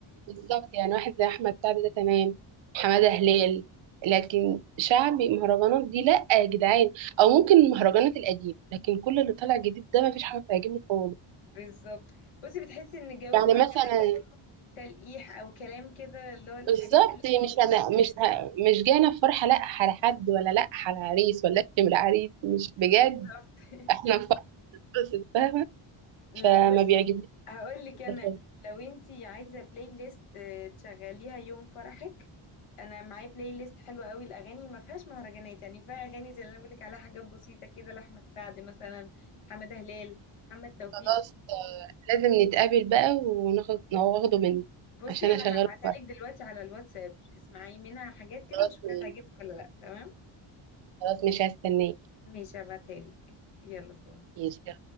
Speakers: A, on the right (about 65°); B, on the left (about 80°).
A: بالظبط يعني واحد زي أحمد سعد ده تمام حمادة هلال لكن شعبي مهرجانات دي لأ يا جدعان أو ممكن المهرجانات القديمة لكن كل اللي طالع جديد ده مفيش حاجة بتعجبني خالص
B: بالظبط بصي بتحسي ان جو
A: يعني
B: المهرجانات
A: مثلا
B: ده كله تلقيح او كلام كده اللي هو الحاجات
A: بالظبط
B: اللي هو
A: مش
B: مش
A: أنا مش ه... مش جاية في فرحة لأ على حد ولا لأ على عريس ولا أشتم العريس مش بجد
B: <laughs> بالظبط <laughs>
A: احنا في فرحة بس فاهمة
B: لا
A: فما
B: بصي
A: بيعجبنيش
B: هقول لك انا
A: ده خالص.
B: لو انتي عايزه بلاي ليست آه، تشغليها يوم فرحك انا معايا بلاي ليست حلوه قوي الاغاني ما فيهاش مهرجانات يعني فيها اغاني زي اللي انا بقول لك عليها حاجات بسيطه كده لاحمد سعد مثلا حماده هلال محمد توفيق
A: خلاص لازم نتقابل بقى وناخد واخده منك
B: بصي
A: عشان اشغله
B: انا هبعتها
A: في ورق.
B: لك دلوقتي على الواتساب اسمعي منها حاجات كده
A: خلاص
B: وشوفيها
A: م-
B: تعجبك ولا لا تمام
A: خلاص مش هستناك
B: ماشي هبعتها لك يلا باي
A: ماشي يلا.